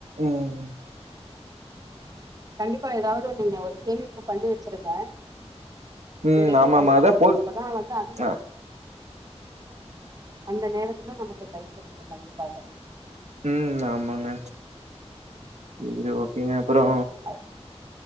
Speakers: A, on the right (about 85°); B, on the right (about 30°).
A: உம்
B: கண்டிப்பா ஏதாவது நீங்க ஒரு சேமிப்பு பண்ணி வச்சிருங்க இப்பேல
A: ம்.
B: இருந்து
A: ஆமாமா.
B: பண்ணுங்க
A: அதான் போல்
B: அப்பதா வந்து அந்த
A: அ
B: அந்த நேரத்துல நமக்கு கை கொடுக்கு கண்டிப்பாக
A: உம் ஆமாங்க சேரி ஓகேங்க அப்றோ
B: அது-